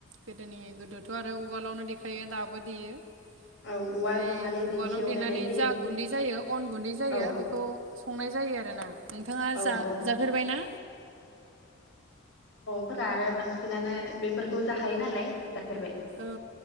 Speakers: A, on the right; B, on the left.
A: गोदोनि गोदोथ' आरो उवालावनो देखायो दाबो देयो।
B: औ
A: ओमफाय
B: उवाल नहालि
A: उवालाव
B: दिंखियाव
A: देनानै
B: देनाय जायो
A: जा गुन्दै जायो अन गुन्दै जायो
B: औ
A: बेखौ संनाय जायो आरोना। नोंथाङा
B: औ
A: जा-जाफेरबाय
B: औ
A: ना?
B: फोरा आरो बांसिनानो बेफोरखौ जाखायो नालाय। जाफेरबाय।
A: औ